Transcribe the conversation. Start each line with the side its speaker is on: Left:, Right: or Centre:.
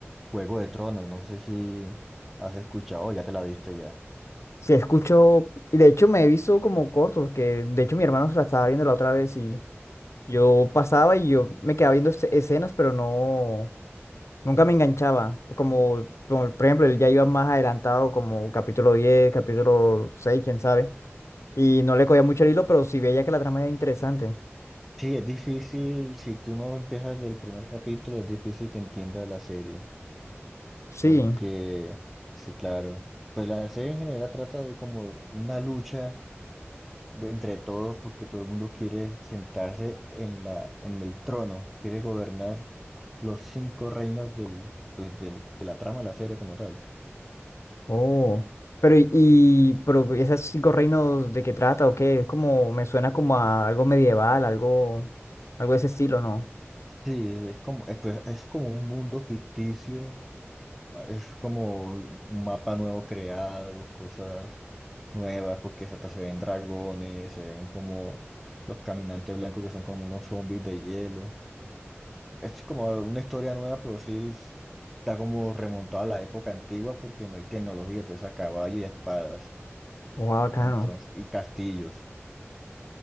Centre: Juego de Tronos. No sé si has escuchado, o ya te la viste ya.
Left: Sí, escucho, y de hecho me he visto como cortos, que de hecho mi hermano se la estaba viendo la otra vez y yo pasaba y yo me quedaba viendo esce- escenas, pero no. Nunca me enganchaba, como, como, por ejemplo, él ya iba más adelantado, como capítulo 10 capítulo 6 quién sabe, y no le cogía mucho el hilo, pero sí veía que la trama era interesante.
Centre: Sí, es difícil, si tú no empiezas del primer capítulo, es difícil que entiendas la serie.
Left: Sí,
Centre: Porque, sí, claro, pues la serie en general trata de como una lucha de entre todos, porque todo el mundo quiere sentarse en la, en el trono, quiere gobernar los cinco reinos del, pues, del- de la trama de la serie como tal.
Left: oh, pero y, y- pero esos cinco reinos de qué trata o qué, es como, me suena como a algo medieval, algo, algo de ese estilo, ¿no?
Centre: Sí, es como, es, pues, es como un mundo ficticio, es como un mapa nuevo creado, cosas nuevas, porque hasta se ven dragones, se ven como los caminantes blancos que son como unos zombies de hielo. Es como una historia nueva, pero sí es- está como remontada a la época antigua porque no hay tecnología, entonces a caballo y a espadas,
Left: Wow, bacano.
Centre: entonces, y castillos.